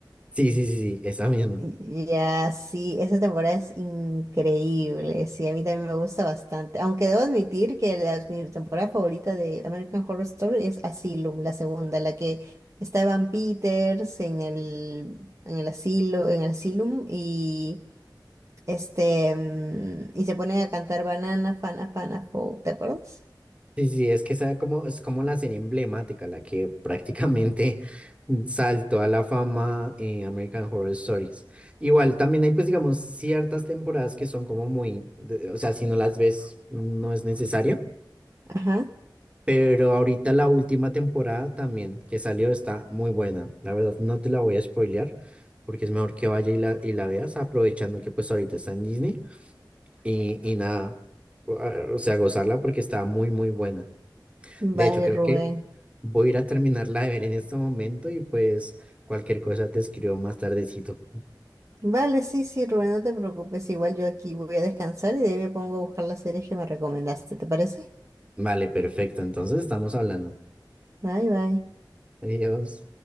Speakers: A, on the right (about 15°); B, on the right (about 40°).
A: Sí, sí, sí, sí, esa misma.
B: Ya, sí, esa temporada es increíble, sí, a mí también me gusta bastante, aunque debo admitir que las- mi temporada favorita de American Horror Story es Asylum, la segunda, la que está Evan Peters en el, en el asilo, en el Asylum y este, mm, y se ponen a cantar Banana, Fana, Fana, Fou, ¿te acuerdas?
A: Sí, sí, es que esa como, es como la serie emblemática, la que <laughs> prácticamente saltó a la fama en American Horror Stories. Igual también hay pues digamos ciertas temporadas que son como muy, de- o sea, si no las ves no es necesario,
B: Ajá,
A: pero ahorita la última temporada también que salió está muy buena. La verdad no te la voy a spoilear porque es mejor que vaya y la, y la veas aprovechando que pues ahorita está en Disney y, y nada, o sea, gozarla porque está muy muy buena.
B: vale,
A: De hecho, creo
B: Rubén.
A: que voy a ir a terminarla de ver en este momento y pues cualquier cosa te escribo más tardecito.
B: Vale, sí, sí, Rubén, no te preocupes. Igual yo aquí voy a descansar y de ahí me pongo a buscar las series que me recomendaste. ¿Te parece?
A: Vale, perfecto. Entonces estamos hablando.
B: Bye, bye.
A: Adiós.